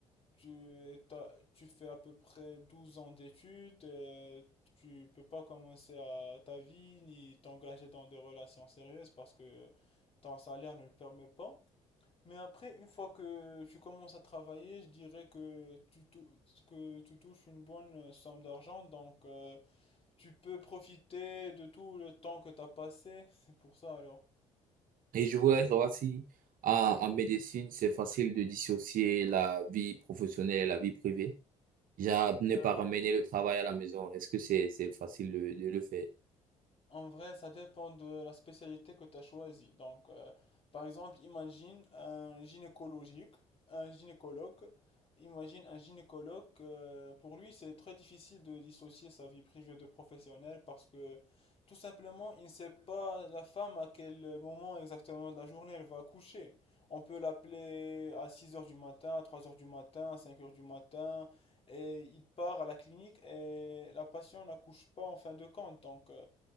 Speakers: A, on the left; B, on the right.
A: Tu, t'as- tu fais à peu près 12 ans d'études, euh, tu peux pas commencer à ta vie ni t'engager dans des relations sérieuses parce que ton salaire ne le permet pas. Mais après, une fois que tu commences à travailler, je dirais que tu, tou- que tu touches une bonne euh, somme d'argent, donc euh, tu peux profiter de tout le temps que tu as passé. C'est pour ça alors.
B: Et je voulais savoir si en, en médecine, c'est facile de dissocier la vie professionnelle et la vie privée. Genre, ne
A: Euh,
B: pas ramener le travail à la maison. Est-ce que c'est, c'est facile de, de le faire?
A: En vrai, ça dépend de la spécialité que tu as choisie. Donc, euh, par exemple, imagine un gynécologique, un gynécologue. Imagine un gynécologue, euh, pour lui, c'est très difficile de dissocier sa vie privée de professionnelle parce que tout simplement, il ne sait pas la femme à quel moment exactement de la journée elle va coucher. On peut l'appeler à 6 heures du matin, à 3 heures du matin, à 5 heures du matin, et il part à la clinique et la patiente n'accouche pas en fin de compte. Donc, euh,